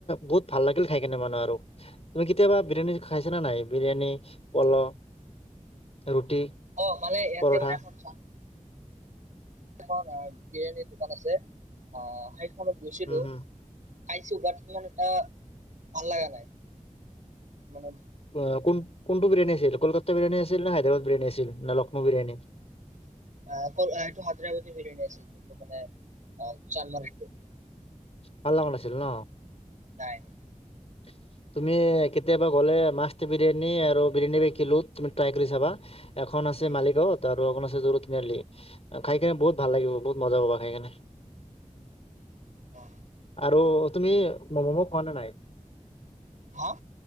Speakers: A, on the left; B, on the right.
A: বহুত ভাল লাগিল খাই কেনে মানে আৰু তুমি কেতিয়াবা বিৰিয়ানী খাইছা না নাই বিৰিয়ানী পল ৰুটি
B: অ মানে ইয়াতে
A: পৰঠা
B: মানে এখন চ এখন বিৰিয়ানীৰ দোকান আছে অহ সেইখনত গৈছিলো
A: উম, হুম।
B: খাইছো বাত সিমানে এটা ভাল লগা নাই মানে
A: উ কোনটো বিৰিয়ানী আছিল কলকাতা বিৰায়ী আছিল ন হাদদৰাবাদ বিৰিয়ানী আছিল ন লক্ষ্ণৌ বিৰিয়ানী
B: সটো হায়দৰাবাদে বিৰিয়ানী আছিল কিন্তু মান অ চানমাৰটো
A: ভাল লগা আছিল ন
B: নাই
A: <inaudible> তুমি কেতিয়াবা গ'লে মাষ্ট বিৰিয়ানী আৰু বিৰিয়ানী বি কিলো তুমি ত্ৰাই কৰি চাবা এখন আছে
B: উম
A: মালিগাঁৱত
B: উম
A: আৰু এখন আছে যু ৰুড তিনিআলি খাই কেনে বহুত ভাল লাগিব বহুত মজা পাবা খাই কেনে
B: অ
A: আৰু তুমি ম'ম'ম' খোৱা নে নাই
B: হ,